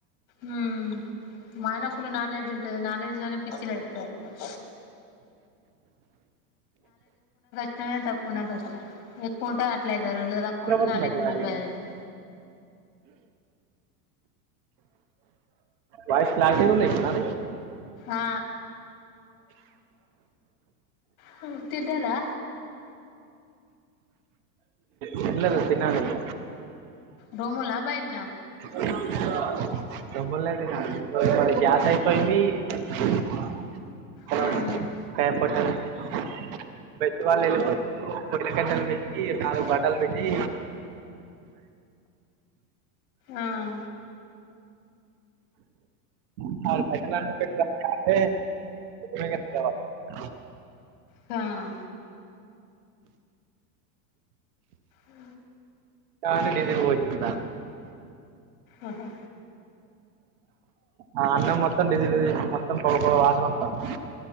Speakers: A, on the left (about 65°); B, on the right (about 35°).
A: మ్మ్ మనక్కూడా నాలెడ్జ్ ఉంటది నాలెడ్జ్ లోనే పిచ్చిలేత్త <unintelligible> క తప్పు నగ <unintelligible> ఎక్కువుంటే అట్లే <unintelligible> రెండుకు తక్కువుంటుంది
B: వినపడుతుందా క్లారిటీగా
A: <inaudible>
B: వాయిస్ క్లారిటిగుంది నాది
A: ఆ హ్మ్ తిన్నారా
B: తిన్లేదు తినాల ఇంగ
A: రూములనా బైట నా
B: <unintelligible> ల్లో తినాలి <unintelligible> మరి గ్యాస్ అయిపోయింది <unintelligible>
A: ఆ
B: బెట్ వాళ్ళెళ్ళిపో కొక్ <unintelligible> ఉల్లిగడ్టలు తెట్టి నాలుగు బండలు పెట్టి
A: ఆ అ
B: <inaudible> <inaudible>
A: తాం ఉ
B: <inaudible> డీజిలు పోయి <inaudible> దా
A: ఆహా
B: ఆ అన్నం మొత్తం డీజిల్ డీజిల్ మొత్తం పొగ పొగ వాసనత్తాంది